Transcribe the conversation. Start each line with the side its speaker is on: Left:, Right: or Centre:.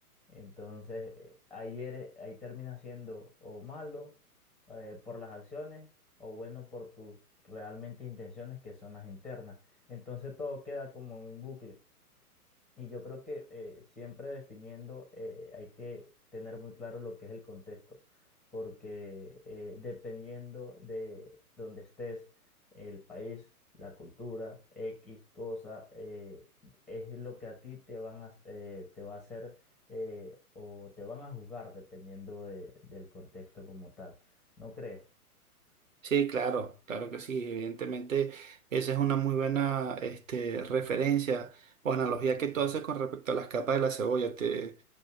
Centre: Entonces, eh, ayer, ahí, eres- ahí termina siendo o malo eh, por las acciones o bueno por tus realmente intenciones que son las internas. Entonces todo queda como en un bucle. Y yo creo que eh, siempre definiendo eh, hay que tener muy claro lo que es el contexto, porque eh, dependiendo de donde estés, el país, la cultura, X cosa, eh, es lo que a ti te van a, eh, te va a hacer eh, o te van a juzgar dependiendo de- del contexto como tal. ¿No crees?
Right: Sí, claro, claro que sí. Evidentemente, esa es una muy buena este, referencia o analogía que tú haces con respecto a las capas de la cebolla, te-